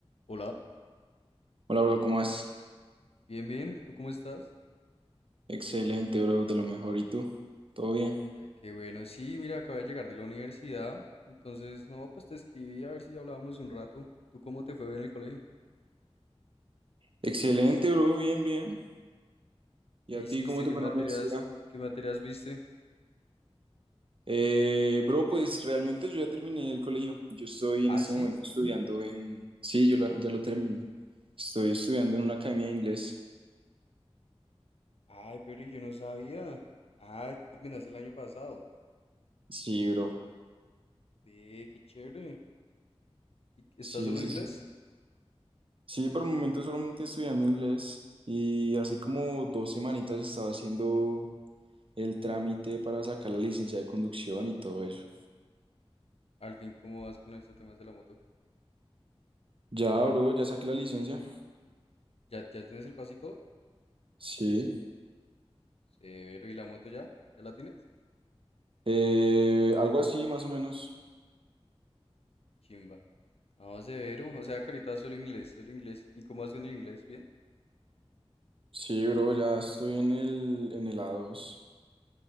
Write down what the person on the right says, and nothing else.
Hola, bro, ¿cómo vas?
Excelente, bro, de lo mejor. ¿Y tú? ¿Todo bien?
Excelente, bro, bien, bien. ¿Y
a
ti cómo te
fue
en la universidad?
Eh, bro, pues realmente yo ya terminé el colegio. Yo estoy
en este
momento estudiando en... Sí, yo la- ya lo terminé. Estoy estudiando en una academia de inglés.
Sí, bro.
Sí,
sí,
sí. Sí, por el momento solamente estudiando inglés. Y hace como dos semanitas estaba haciendo el trámite para sacar la licencia de conducción y todo eso.
Ya, bro, ya saqué la licencia.
Sí.
Eh, algo así, más o menos.
Sí, bro, ya estoy en el, en el A2.